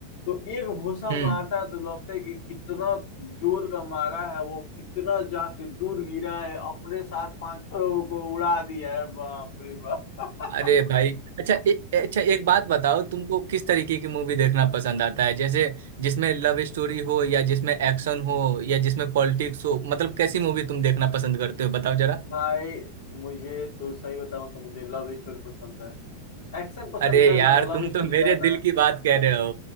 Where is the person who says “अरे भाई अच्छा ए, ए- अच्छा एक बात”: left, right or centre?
Right